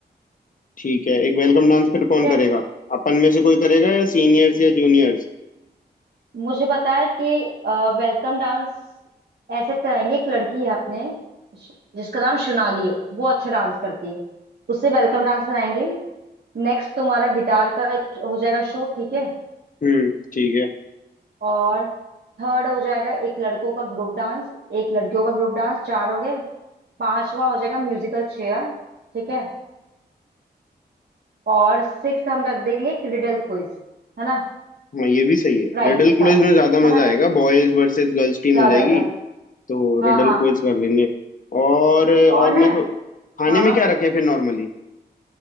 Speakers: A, on the left; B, on the right.
A: ठीक है एक वेलकम डांस फिर
B: ठीक
A: कौन
B: है
A: करेगा अपन में से कोई करेगा या सीनियर्स या जूनियर्स
B: मुझे पता है कि वेलकम डांस ऐसे कराएंगे एक लड़की है अपने श- जिसका नाम सोनाली है वो अच्छा डांस करती है उससे वेलकम डांस कराएंगे नेक्स्ट तुम्हारा गिटार का एक हो जाएगा शो ठीक है
A: हम्म ठीक है
B: और थर्ड हो जाएगा एक लड़कों का ग्रुप डांस एक लड़कियों का ग्रुप डांस चार हो गए पांचवा हो जाएगा म्यूजिकल चेयर ठीक है और सिक्स हम रख देंगे एक रिडल क्विज है ना
A: हाँ ये भी सही है
B: प्राइस
A: रिडल
B: के साथ
A: क्विज में ज्यादा मजा
B: है ना
A: आएगा बॉयज वर्सेस गर्ल्स टीम
B: ज्यादा
A: हो जाएगी
B: आएगा
A: तो
B: हाँ
A: रिडल
B: हाँ
A: क्विज कर लेंगे और और
B: और ना
A: मैं तो खाने
B: हाँ
A: में
B: हाँ
A: क्या रखें फिर नॉर्मली